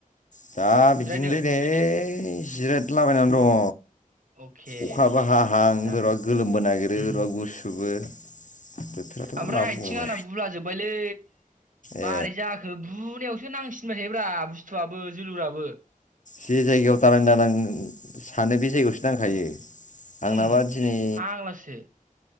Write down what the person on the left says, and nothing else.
जा बिदिनोलै
नै जिरेदला बायनानै दं।
अखाबो हाहां
बोरैबा गोलोमबो नागिरो
बोरैबा गुसुबो बोथोराथ'
मा
बुंनो
ए
जे जायगायाव दालां दानां सानो बे जायगायावसो नांखायो आंनाबा
दिनै